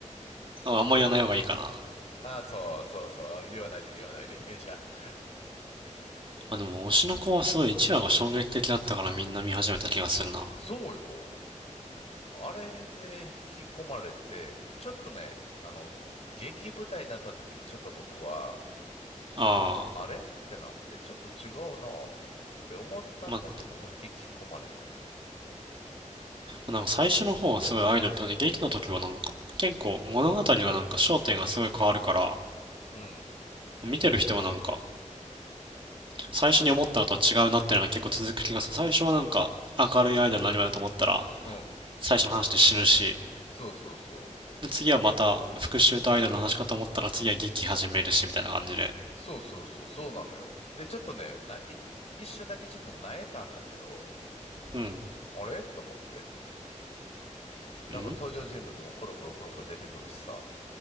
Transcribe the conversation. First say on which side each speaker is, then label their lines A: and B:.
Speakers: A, on the right (about 40°); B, on the left (about 55°).
A: ああんま言わない方がいいかな。ま
B: ああ、そうそうそう、言わないで言わないで。<laughs> じゃあ、
A: あでも、推しの子はすごい1話が衝撃的だったからみんな見始めた気がするな。あ
B: そうよ。あれで引き込まれて、ちょっとね、あの、劇舞台になった時にちょっと僕は、
A: あ。
B: あれってなって、ちょっと違うなって思ったんだけど、
A: まあ、ま
B: 引き込まれた。
A: あなんか最初の方はすごいアイドルとね、劇の時はなんか、結構物語がなんか焦点がすごい変わるから、
B: うん、
A: 見てる人はなんか、最初に思ったのとは違うなっていうのが結構続く気がする。最初はなんか明るいアイドル何アニだと思ったら
B: うん、
A: 最初の話で死ぬし、
B: そうそうそう。
A: で次はまた復讐とアイドルの話かと思ったら次は劇始めるしみたいな感じで。
B: そうそうそう、そうなのよ。で、ちょっとね、な、い一瞬だけちょっとなえたんだけど、
A: うん。
B: あれと思って。なんか登場人物もコロコロコロコロ出てくるしさ。
A: ん